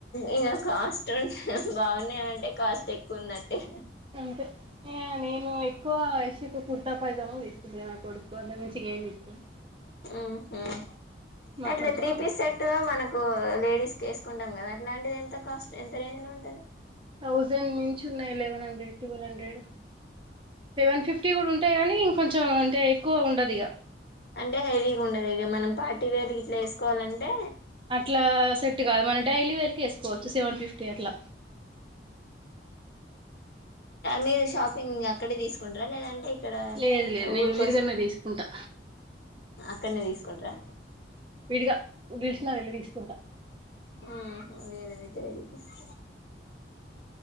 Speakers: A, on the left; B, on the right.
A: ఇగ కాస్ట్ ఉన్ బాగున్నయంటే కాస్ట్ ఎక్కువున్నట్టే.
B: అంతే, ఇగ నేను ఎక్కువ యశుకు కుర్తా పైజామా తీసుకుంట నా కొడుక్కు, అంతక్మిమ్చి ఇంగేం తీసుకోను.
A: ఉంహు
B: మాకు
A: అట్లా
B: కొంచెం
A: త్రీ పీస్ సేట్టు మనకు లేడీస్ స్కేసుకుంటాం కదా అట్లాంటిది ఎంత కాస్ట్? ఎంత రేంజ్ లో ఉంటది?
B: థౌజండ్ మించి ఉన్నయి eleven hundred twelve hundred. Seven fifty గూడుంటయి గాని కొంచెం అంటే ఎక్కువ ఉండదిగ
A: అంటే హెవీగుండదు ఇగ మనం పార్టీ వేర్ గిట్ల ఏసుకోవాలంటే
B: అట్లా సెట్ గాదు మన డైలీ వేర్కి ఏసుకోవచ్చు సెవెన్ ఫిఫ్టీ అట్లా
A: మీరు షాపింగ్ అక్కడే తీసుకుంటర లేదంటే ఇక్కడ
B: లేదు లేదు నేను
A: ఊరిక
B: విడిగన్నే తీసుకుంటా
A: అక్కడ్నే తీసుకుంటరా
B: విడిగా దిలిసిన వెళ్ళి తీసుకుంటా
A: ఆ ఆ వేరే దగ్గరెళ్ళి తీస్కే